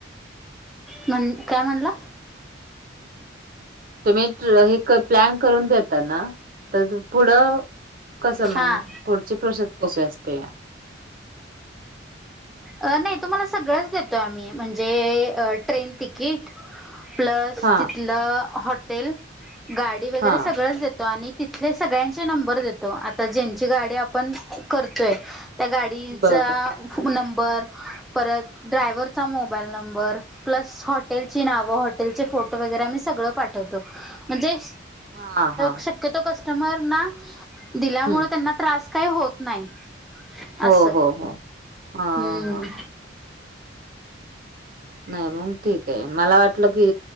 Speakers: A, in the centre; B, on the right.
A: काय म्हण काय म्हणला?
B: तुम्ही हे क प्लॅन करून देताता ना तर पुढं कस
A: हा
B: मग पुढची प्रोसेस कशी असते
A: अ नाही तुम्हाला सगळंच देतोय आम्ही म्हणजे ट्रेन तिकीट प्लस
B: हा
A: तिथलं हॉटेल गाडी वगैरे
B: हा
A: सगळंच देतो आणि तिथले सगळ्यांचे नंबर देतो आता ज्यांची गाडी आपण करतोय? त्या गाडीचा
B: बर बर
A: नंबर परत ड्रायव्हरचा मो मोबाईल नंबर प्लस हॉटेल ची नाव हॉटेल चे फोटो वगैरे आम्ही सगळं पाठवतो. म्हणजे
B: हा हा
A: शक्यतो कस्टमरना दिल्यामुळे
B: हम्म
A: त्यांना त्रास काही होत नाही.
B: हो,
A: असं
B: हो, हो. हां,
A: हम्म.
B: हां. नाही मंग ठीक आहे मला वाटलं की